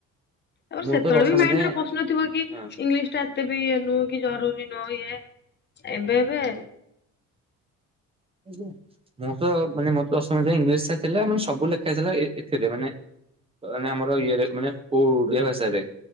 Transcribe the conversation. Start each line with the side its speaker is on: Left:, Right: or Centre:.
Left: ଆ
Right: ମୁଁ
Left: ସେତେବେଳେ
Right: ତ ଦଶମ
Left: ବି ମାଇଣ୍ଡରେ
Right: ଯାଏଁ
Left: ପ୍ରଶ୍ନ ଥିବ କି
Right: ହଁ
Left: ଇଂଲିଶ ଟା ଏତେ ବି ନୁଁ କି ଜରୁରୀ ନ ଏ ଏବେ ଏବେ।
Right: ଆଜ୍ଞା ମୁଁ ତ ମାନେ ମୋ ତ ଇଂଶ ଥିଲା ମାନେ ସବୁ କେସ ର୍ତେ ମାନେ ମାନେ ଆମର ଇରେ ମାନେ ଓଡିଆ ଭାଷାରେ